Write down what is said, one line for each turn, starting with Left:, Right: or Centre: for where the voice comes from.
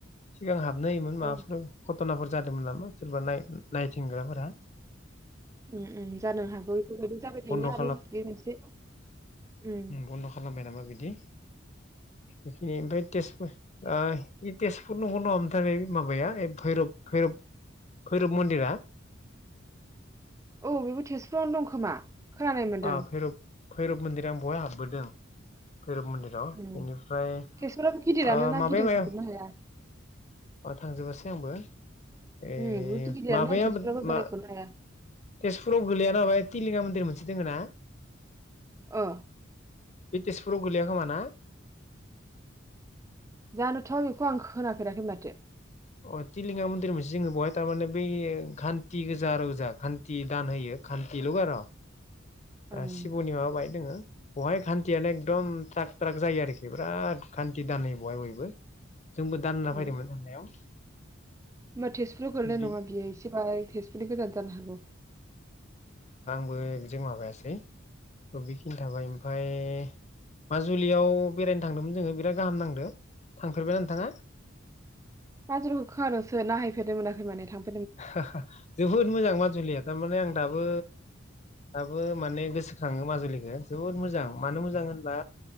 Left: सिगां हाब होयोमोन
Right: औ
Left: माबाफोर घटनाफोर जादोंमोन नामा? सोरबा नाय-नायथिंग्राफोरा।
Right: उम उम जानो हागौ बेफोरबायदि जाबाय थायोना
Left: बन्द'
Right: आरो बे मोनसे उम
Left: उम बन्द खालामबाय नामा बिदि। बेखि ओमफ्राय तेजपुर ओ इ तेजपुर नंगौ नङामोन्थाय बे माबाया भैरब भैरब भैरब मन्दिरा।
Right: औ बेबो तेजपुरावनो दं खोमा। खोनानाय मोन्दों
Left: आ भैरब भैरब मन्दिरा बहाय हाब बोदों। भैरब मन्दिराव
Right: उम।
Left: बेनिफ्राय ओ
Right: तेजपुराबो गिदिरानो ना
Left: माबाया
Right: गिदिंख'जोबनो
Left: <unintelligible>
Right: हाया
Left: ओ थांजोबासै आंबो। ए
Right: उम बुहुद गिदिरानो
Left: माबायाबोद
Right: तेजपुराबो बेरायख'नो
Left: मा
Right: हाया
Left: तेजपुराव गोलैया ना माबाया तिलिङा दिर मोनसे दङो ना।
Right: अ।
Left: बे तेजपुराव गोलैया खोमा ना?
Right: जानोथ बेखौ आं खोनाफेराखै माथो।
Left: अ तिलिङा मन्दिर मोनसे दङो बेवहाय थारमाने बै खान्थि गोजा आरो गोजा खान्थि दान होयो खान्थिल आर।
Right: ओं
Left: ओ सिबुनि माबा बाहाय दोङो। बहाय खान्थियानो एकदम थ्राग थ्राग जायो आरोखि बिराद खान्थि दान होयो बहाय बयबो। जोंबो दान होना
Right: उम।
Left: फैदोंमोन थांनायाव।
Right: होमबा तेजपुराव गोलैनाय
Left: बि
Right: नङा बियो एसे बाहाय तेजपुरनि गोजान जानो हागौ।
Left: अयेक जों माबायासै बेखिनि थाबाय ओमफाय माजुलियाव बेरायनो थांदोंमोन जोङो बिराद गाहाम नांदो थांफेरबाय नोंथाङा?
Right: माजुलिखौ खोनादोंसो नाहैफेरनो मोनाखै माने थां
Left: आहाहा जोबोद मोजां माजुलिया थारमाने आं दाब बो दाबो माने गोसोखाङो माजुलिखौ जोबोद मोजां मानो मोजां होनबा